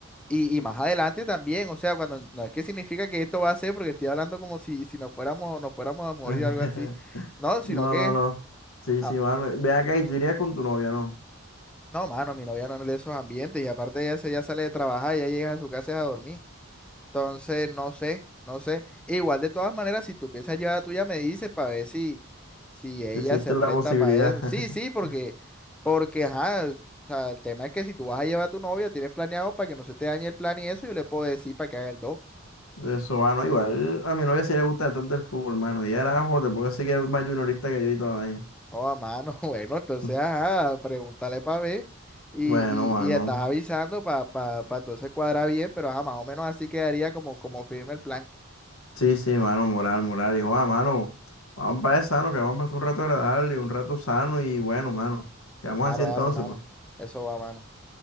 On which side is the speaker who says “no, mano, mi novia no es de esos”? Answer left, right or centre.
Centre